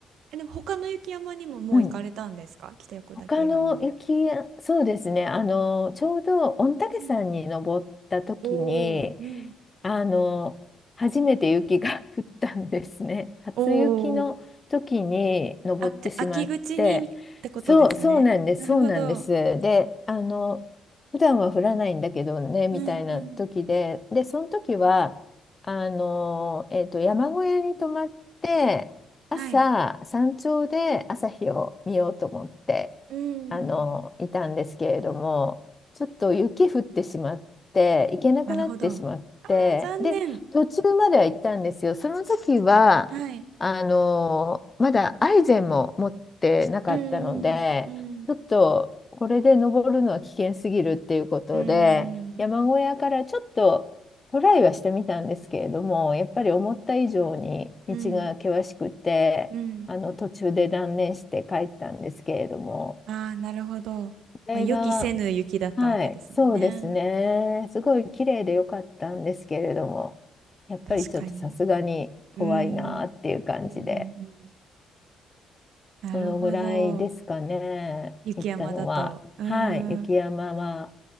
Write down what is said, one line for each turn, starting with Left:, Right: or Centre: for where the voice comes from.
Right: え、でも他の雪山にももう行かれたんですか北横岳以外にも。
Left: うん他の雪や、そうですね、あの、ちょうど御嶽山に登った時に、
Right: うんおーうん。
Left: あの、初めて雪が <laughs> 降ったんですね。初雪の時に登ってしまって、
Right: おーあ、じゃあ秋口にってことですね。
Left: そう、そうなんです、
Right: なるほど。
Left: そうなんです。で、あの、普段は降らないんだけどね、みたいな時で、
Right: うんうん。
Left: で、その時は、あの、えっと、山小屋に泊まって、朝、
Right: はい。
Left: 山頂で朝日を見ようと思って。
Right: うん
Left: あの、いたんですけれども、ちょっと雪降ってしまって、行けなくなってしまって、
Right: なるほど。あ、残念。
Left: で、途中までは行ったんですよ。その時は、
Right: はい。
Left: あの、まだアイゼンも持ってなかったので、
Right: うんうん
Left: ちょっとこれで登るのは危険すぎるっていうことで、
Right: うんう
Left: 山小屋からちょっとトライはしてみたんですけれども、
Right: ん
Left: やっぱり思った以上に道が険しくて、
Right: うんうんうんうん
Left: あの途中で断念して帰ったんですけれども。
Right: ああ、なるほど。
Left: これが、
Right: まあ、予期せぬ雪だったわけですもんね。
Left: はい、そうですね。すごい綺麗でよかったんですけれども、やっぱりちょっとさすがに怖いなっていう感じで、
Right: 確かに。うーん。うんうんうんなるほど。
Left: そのぐらいですかね、
Right: 雪山だと。
Left: 行ったのは。
Right: うーん。
Left: はい、雪山は、